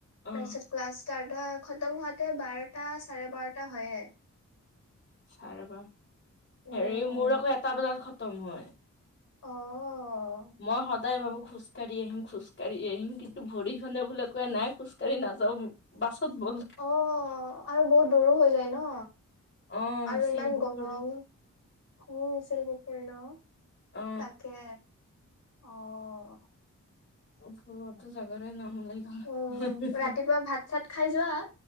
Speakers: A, on the left; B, on the left.
A: অ'।
B: তাৰপিছত ক্লাছ ষ্টাৰ্ট হৈ খতম হোৱাতে বাৰটা চাৰে বাৰটা হয়য়ে।
A: চাৰেব
B: উম
A: হেৰি মোৰ আকৌ এটা বজাত খতম হয়।
B: অ',
A: মই সদ দাই ভাবু খোজ কাঢ়ি আহিম। খোজকাঢ়ি আহিম। কিন্তু ভৰিখনে বুলো কয় নাই খোজকাঢ়ি নাজাও। বাছত বল
B: অ', আৰু বহুত দূৰো হৈ যায় ন
A: অ
B: আৰু
A: শিলপুখুৰী
B: ইমান গৰম <unintelligible> ছিল পখুৰী ন
A: অ
B: তাকে অ
A: <unintelligible> জাগাৰে নাম ওলাই গল
B: উম ৰাতিপুৱা ভাত চাত খাই যোৱা